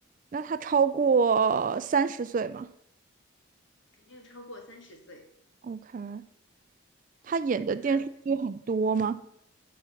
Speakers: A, on the right; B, on the left.
A: 那他超过三十岁吗
B: 肯定超过三十岁，
A: ？OK，他演的电视剧很多吗？
B: 呃